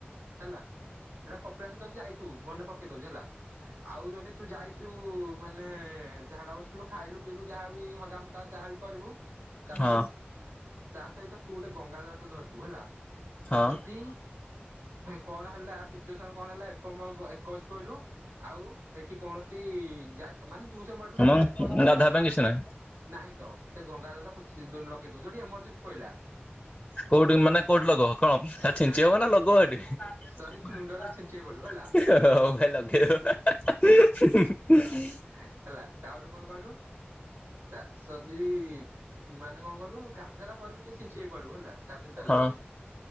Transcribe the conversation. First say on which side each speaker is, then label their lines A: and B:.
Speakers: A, on the right (about 80°); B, on the left (about 15°).
A: ହେଲା ହେଲା କପିଳାସ ଯଦି ଯାଇଥିବୁ ମନେ ପକେଇ ଦଉଛି ହେଲା। ଆଉ ଯଦି ତୁ ଯାଇଛୁ ମାନେ ଝାଡା ବସିଲୁ ଖାଇଲୁ ପିଇଲୁ ଯାହାବି ହଗାମୁତା ଯାହାବି କରିବୁ ଗାଧେଇବୁ
B: ହଁ
A: ତା ସହିତ ତୁ ଗୋଟେ ଗଙ୍ଗା ଜଳଟେ ଧରିଥିବୁ ହେଲା।
B: ହଁ
A: ଯଦି କଣ ହେଲା ସିଚୁଏସନ କଣ ହେଲା? ଏକମ ଏକ ବଶିପଇଲୁ ଆଉ ସେଠି କୌଣସି ଜାଗା ମାନେ ଜୁସ ମଡିଲା
B: ମ
A: ଖସି ପଡିଲେ
B: ଗାଧବା
A: ଆଉ
B: ପାଇଁ
A: ଏଠି କିଛି
B: ନାହିଁ।
A: ନାହିଁ ତ ସେ ଗଙ୍ଗାଜଳଟା ଲଗେଇଦଉ ଯୋଠି ଏମରଜେନ୍ସି ପହିଲା।
B: କୋଉଠି ମାନେ କୋଉଠି ଲଗ କଣ ଛିଞ୍ଚି ହବ ନା ଲଗ ସେଠି? ହଉ
A: ସରି ମୁଣ୍ଡରେ ଛିଞ୍ଚେଇ ପଡିବୁ ହେଲା
B: ଭାଇ ଲଗେଇ।
A: ହେଲା ତାପରେ କଣ କହିଲୁ? ତା ସଜ ମାନେ କଣ କଲୁ ଗାଧୋଇଲା ପରେ ବି ଟିକେ ଛିଞ୍ଚେଇ ପଡିବୁ ହେଲା ଗାଧୁ ସାରୁଲା
B: ହଁ
A: ପରେ।